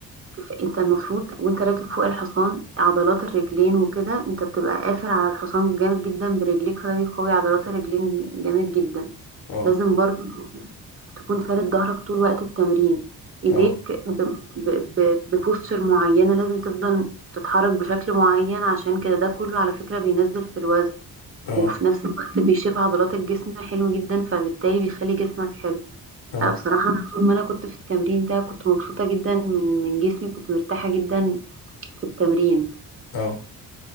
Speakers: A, on the right (about 35°); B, on the left (about 80°).
A: كف- أنت المفروض وأنت راكب فوق الحصان عضلات الرجلين وكده أنت بتبقى قافل على الحصان جامد جدا برجليك فده بيقوي عضلات الرجلين جامد جدا
B: اه
A: لازم برضو تكون فارد ظهرك طول وقت التمرين ايديك
B: اه
A: ب... ب... ب... ببوستشر معينة لازم تفضل تتحرك بشكل معين عشان كده ده كله على فكرة بينزل في الوزن
B: اه
A: وفي نفس الوقت بيشيب عضلات الجسم حلو جدا فبالتالي بيخلي جسمك حلو
B: اه
A: لا بصراحة أنا طول ما أنا كنت في التمرين ده كنت مبسوطة جدا من من جسمي كنت مرتاحة جدا في التمرين
B: اه